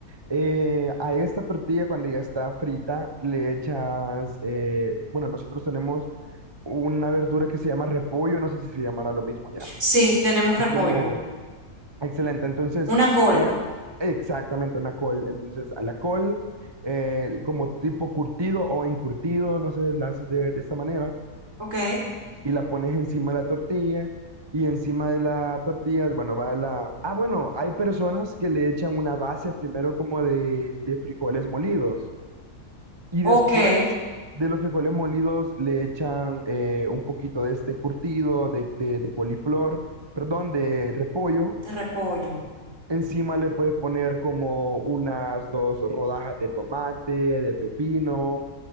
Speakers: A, on the right; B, on the right.
A: Eh, a esta tortilla, cuando ya está frita, le echas, eh, bueno, nosotros tenemos una verdura que se llama repollo, no sé si se llamará lo mismo allá.
B: Sí, tenemos repollo.
A: Es como excelente. Entonces,
B: Una col.
A: eh, exactamente una col. Entonces, a la col, eh, como tipo curtido o encurtido, no sé, la haces de, de esta manera
B: Ok.
A: y la pones encima de la tortilla. Y encima de la tortilla, bueno, va la... Ah, bueno, hay personas que le echan una base primero como de, de frijoles molidos. Y
B: Ok.
A: después
B: De
A: de los frijoles molidos le echan eh, un poquito de este curtido de, de- de coliflor, perdón, de repollo.
B: repollo.
A: Encima le puedes poner como unas dos rodajas de tomate, de pepino.